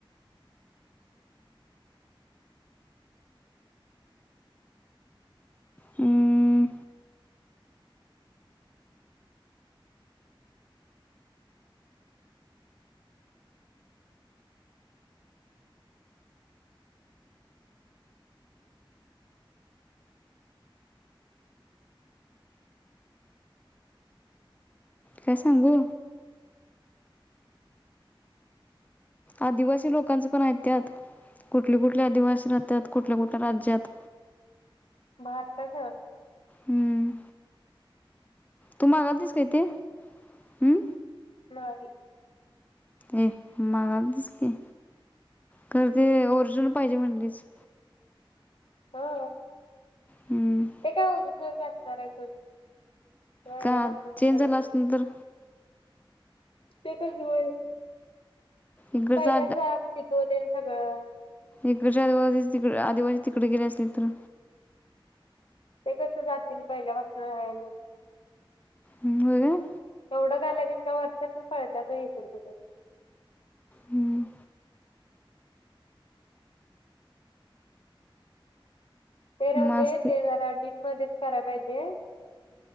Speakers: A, on the left; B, on the left.
A: हम्म, काय सांगू?. आदिवासी लोकांचं पण आहेत त्यात कुठले कुठले आदिवासी राहतात कुठल्या कुठल्या राज्यात.
B: भारतात.
A: हम्म, तू मागलतीस काय ते?. हम्म.
B: नाहीे.
A: ए मागलतीस की. खरं ते ओरिजनल पाहिजे म्हणलीस.
B: ह.
A: हम्म.
B: काय ओरिजनल बी असणारे सोड पहिल्यापासून
A: का
B: सगळं
A: चेंज झाला असन तर.
B: ते तरच होय.
A: इकडचा
B: पहिल्याच अस्तीत्व तेन सगळं
A: इकडच्या आदिवासीच तिकड आदिवासी तिकडे गेले असले तर
B: ते कसं जातील पहिल्यापासून हायण.
A: होय काय?.
B: तेवढ काय लगेच काय वर्षातंन पळत्यात होय इकडं तिकड.
A: हम्म
B: तेराहूदे
A: म असते
B: ते जरा डीप मध्ये कराय पाहिजे.